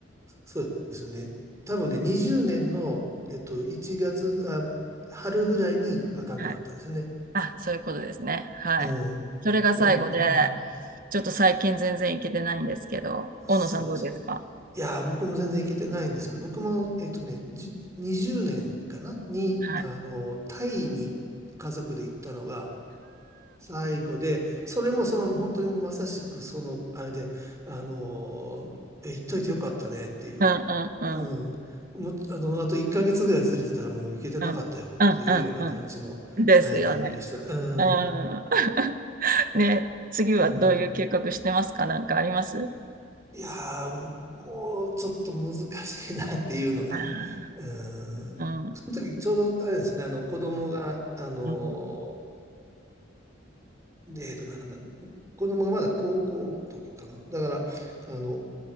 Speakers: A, on the right; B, on the right.
A: そうですね。多分ね、20年の、えっと、1月、あ、春ぐらいにあかんくなったんですよね。
B: はいあ、そういうことですね。はい。
A: うん。いや、
B: それが最後で、
A: う、うん。
B: ちょっと最近全然行けてないんですけど、大野さんどうですか
A: そうですね。いやー、僕も全然行けてないんですけど、僕も、えっとね、じ、20年かなに、
B: はい。
A: あの、タイに家族で行ったのが、最後で、それもその本当にまさしくそのあれで、あのー、え、言っといてよかったねっていう、
B: ああ、うんうんうん
A: うん、もう、あの、あと1ヶ月ぐらいずれてたらもう行けてなかったよっていうような感じのタイミングでしたね。
B: うんうんうんうん。ですよね。
A: うん、
B: うん。<laughs> ね、次はどういう計画してますかなんかあります
A: うん。いやー、もうちょっと難しいなっていうのが、
B: あ
A: うん。
B: あー
A: その時ちょうどあれですね、あの子供が、あの
B: うん。
A: えーと、なんだ、子供がまだ高校の時かな。だから、あの、